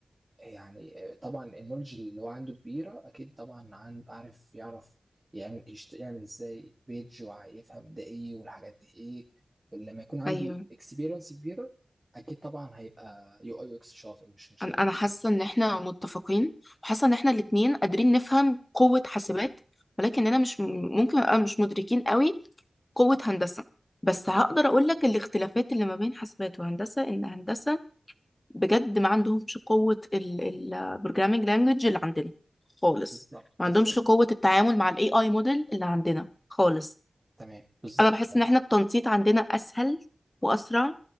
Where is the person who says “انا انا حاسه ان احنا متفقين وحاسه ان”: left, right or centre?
Left